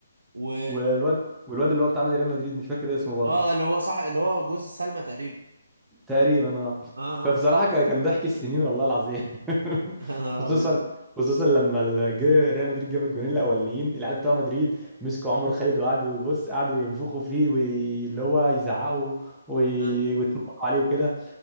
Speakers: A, on the right; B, in the centre.
A: و
B: والواد والواد اللي هو بتاع ريال مدريد مش فاكر اسمه برضه
A: اه اللي هو صح اللي هو جوز سلمى تقريبا
B: تقريبا اه
A: اه
B: فبصراحه
A: اه
B: كان كان ضحك السنين والله العظيم <laughs>
A: <laughs> يا نهار
B: خصوصا
A: ابيض
B: خصوصا لما ال- جه ريال مدريد جاب الجونين الاولانيين العيال بتوع مدريد مسكوا عمر خالد وقعدوا يبص قعدوا ينفخوا فيه واللي هو يزعقوا وي-
A: آه.
B: ويتنمروا عليه وكده